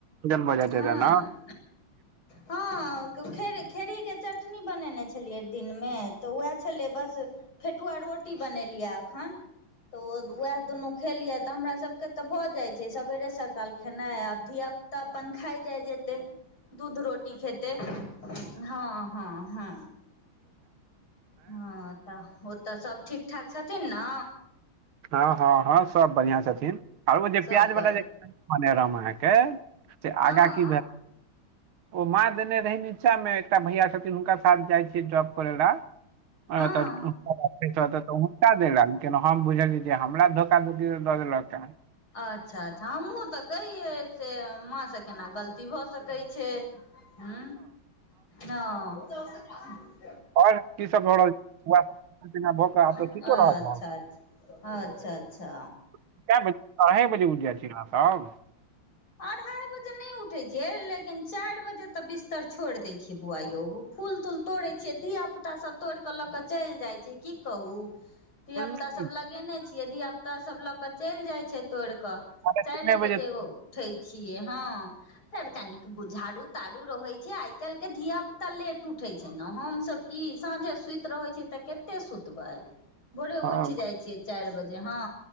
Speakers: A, on the right (about 85°); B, on the left (about 80°).
A: भऽ जाइ
B: हँ
A: छै एतऽ ने
B: हँ खे खेरही के चटनी चटनी बनेने छलियै दिन मे तऽ वएह छलै बस फेटुआ रोटी बनेलियै अखन तऽ उएह दुनू खेलियै तऽ हमरा सब के तऽ भऽ जाय छै सबेरे सकाल खेनाइ आब धिया पुता अपन खााय जाय जेतै दूध रोटी खेते हँ हँ हँ हँ तऽ ओ तऽ सभ ठीक ठाक छथिन न
A: हँ हँ हँ सभ बढ़िआँ छथिन आओर ओ जे
B: सब
A: प्याज
B: बढ़िआँ
A: बाला जे कहने रहु अहाँके से
B: हँ
A: आगा की भेल ओ माँ देने रहै नीचाँमे एकटा भैया छथिन हुनका साथ जाइ छियै ड्रॉप करै लए
B: हँ
A: त <unintelligible> <unintelligible> हम बुझली जे हमरा धोखा धोखी दऽ देलक ह
B: अच्छा अच्छा हमहूँ तऽ कहियै से माँ स केना गलती भऽ सकै छै ह हँ
A: आओर कीसभ भऽ रहल छै बौआ खाना पीना भऽ कऽ आब तऽ
B: अच्छा
A: सूइतो रहल हेएब
B: अच्छा अच्छा अच्छा
A: क्या बजे अरहाय बजे उठै छीअहाँ सब
B: अढ़ाइ बजे नहि उठै छ लेकिन चारि बजे तऽ बिस्तर छोड़ि दै छियै बुआइयो फूल तूल तोड़ै छियै धिया पुता धिय पुता सब तोड़ कऽ लऽ क चलि जाइ छै की कहू धियापुतासभ
A: हूँ
B: लगेने छियै धियापुतासभ लऽ कऽ चलि जाइ छै तोड़ि कऽ
A: कितने
B: चारि बजे
A: तो,
B: ओ छिय हँ फेर कनिक झाड़ू ताड़ू रहै छै आइ काल्हि के धिया पुता लेट उ उठै छै ने हमसभ की साँझे सुति रहै छीियै तऽ कते सुतबै भोरे
A: हाँ,
B: उठि जाइ छियै चारि बजे हँ